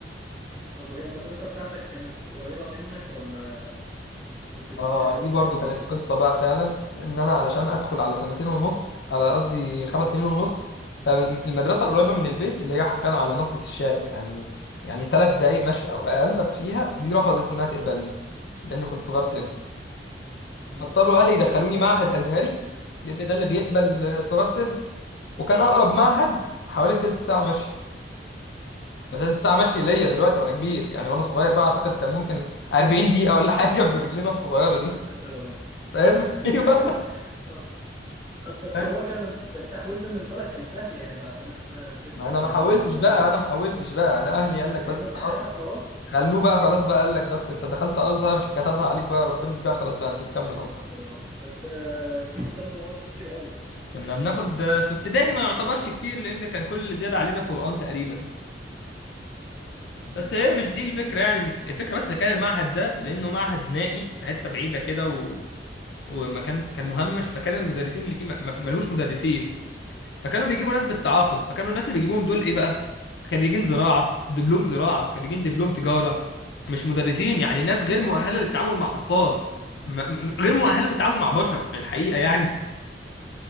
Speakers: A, on the right; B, on the left.
A: طب وهي المدرسة بتاعتك كانت قريبة منك ولا كنت بتمشي
B: اه
A: لها مسافة
B: دي برضو
A: كبيرة
B: كانت قصة بقى فعلا ان انا علشان ادخل على سنتين ونص على قصدي خمس سنين ونص فالمدرسة القريبة من البيت اللي هي حرفيا على نص الشارع يعني يعني ثلاث دقايق مشي او اقل ابقى فيها دي رفضت انها تقبلني لان كنت صغير سن
A: امم امم
B: فاضطروا اهلي يدخلوني معهد ازهري لان ده اللي بيقبل آه، صغار سن وكان اقرب معهد حوالي تلت ساعة مشي
A: امم
B: ده تلت ساعة مشي ليا دلوقتي وانا كبير يعني وانا صغير بقى اعتقد كان ممكن 40 دقيقة ولا <laughs> حاجة برجلينا الصغيرة دي
A: بساتر يا رب
B: فاهم <laughs>
A: <laughs>
B: ايوه
A: اه طب بس
B: فاهم؟
A: هو كان التحويل بالنسبة لك كان سهل يعني بعد ما انت سبت
B: ما انا
A: المعهد
B: ما حاولتش
A: ده
B: بقى انا ما حاولتش بقى انا اهلي قال لك
A: وكملت
B: بس خلاص
A: حياتك خلاص
B: خلوه بقى خلاص بقى قال لك بس انت دخلت ازهر كتبها عليك بقى ربنا دي بقى خلاص بقى انت تكمل
A: يا ساتر
B: ازهر
A: يا رب بس آه، كنت بتاخدوا مواد كتير قوي
B: كنا بناخد في ابتدائي ما يعتبرش كتير لان كان كل اللي زياده علينا قرآن تقريبا
A: امم
B: بس هي مش دي الفكره يعني الفكره بس ان كان المعهد ده لانه معهد نائي في حته بعيده كده و... وما كان كان مهمش فكان المدرسين اللي فيه ما ما- ملهوش مدرسين فكانوا بيجيبوا ناس بالتعاقد
A: امم
B: فكانوا الناس اللي بيجيبوهم دول ايه بقى خريجين زراعة دبلوم زراعة خريجين دبلوم تجارة مش مدرسين يعني ناس غير مؤهلة للتعامل مع أطفال م م غير مؤهلة للتعامل مع بشر الحقيقة يعني